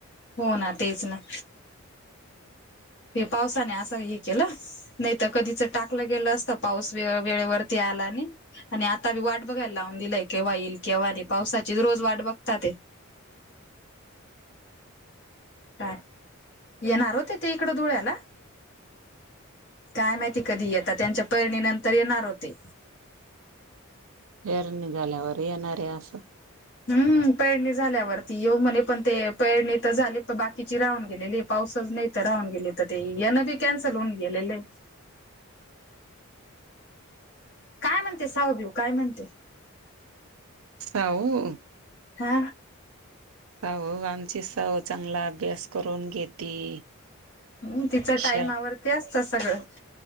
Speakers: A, on the left; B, on the right.
A: हो ना तेच ना ते पावसानी असं हे केलं. नाय त कधीच टाकलं गेलं असत पाऊस वेळ वेळेवरती आला नी आणि आता बी वाट बघायला लावून दिलय केव्हा येईल केव्हा नाय पावसाची रोज वाट बघतातये. का येणार होते ते इकडं धुळ्याला काय माहिती कधी येता त्यांच्या पैरणी नंतर येणार होते.
B: फेर निघाल्यावरर येणार रे अस असं
A: हम्म पेळणी झाल्यावरती येऊ म्हणे पण ते पेरणी तर झाली प बाकीची राहून गेलेली पाऊसच नाही तर राहून गेली तर ते येनं बी कॅन्सल होऊन गेलेले काय म्हणते सावबीव काय म्हणते
B: साऊ
A: हा
B: हाऊ आमची साऊ चांगला अभ्यास करून घेती.
A: हम् तिचा टाईमा
B: शा
A: वरती असता सगळं